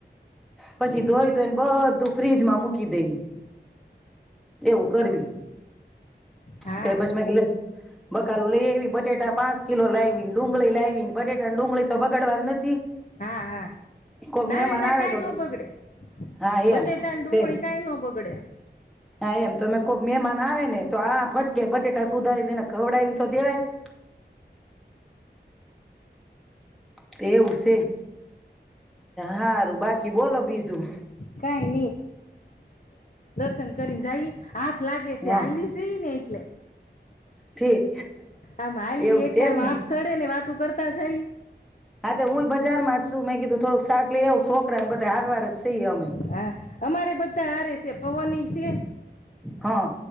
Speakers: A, in the centre; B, on the left.
A: પછી ધોઈ ધોઈને બધું ફ્રીજમાં મૂકી દઈ. એવું કરવી.
B: હા
A: તે પછી મે કલે બકાલું લઈ એવી બટેટા પાંચ કિલો લાવીને ડુંગળી લાવી ને બટેટાને ડુંગળી તો બગડવાની નથી.
B: હા હા,
A: કોઈક
B: ના
A: મહેમાન
B: રે ના
A: આવે
B: કઈ
A: તો
B: નો બગડે,
A: હા
B: બટેટા
A: એમ
B: ને ડુંગળી
A: તે
B: કઈ નો બગડે.
A: હા એમ તોમે કોઈક મહેમાન આવે ને તો આ ફટકે બટેટા સુધારીને એને ખવડાવી તો દેવાય. તે ઉ ત, હારું બાકી કી લભી બીજું.
B: કાંઈ શ કરીન જાઈ, આપ લાગે છે
A: હા
B: આલ્વીઝઈને એટલે.
A: ઠીક
B: આમ આલવી
A: એવું
B: એટલે
A: છે એમ
B: આમ
A: ને
B: આપ સડે ને વાત તું કરતા જાય.
A: હા તો હું બજારમાં જ છું મેં કીધું થોડુંક શાક લઈ આવું છોકરા ને બધા હારવાર જ છીએ અમે
B: હા અમારે બધા હરે છે પવન છે.
A: હા.